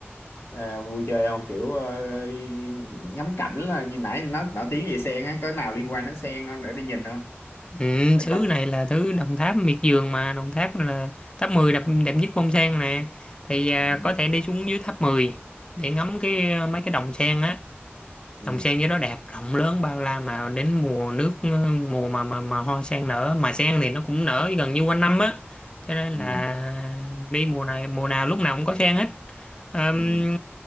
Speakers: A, on the left; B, on the left.
A: ờ, vui chơi không? Kiểu ờ, đi ngắm cảnh là như nãy nó nổi tiếng về sen á, có nào liên quan đến sen không để đi nhìn không?
B: Ừ,
A: Để
B: sứ
A: coi.
B: này là thứ Đồng Tháp miệt vườn mà Đồng Tháp là tháp 10 đẹp, đẹp nhất bông sen nè thì à,
A: Ừ,
B: có thể đi xuống dưới tháp 10 để ngắm cái ờ, mấy cái đồng sen á
A: ừ,
B: Đồng sen với đó đẹp rộng lớn bao la mà đến mùa nước ờ, mùa mà mà mà hoa sen nở mà sen thì nó cũng nở gần như quanh năm á cho nên
A: ừ,
B: là đi mùa này mùa nào lúc nào cũng có sen hết Ờm,
A: ừ,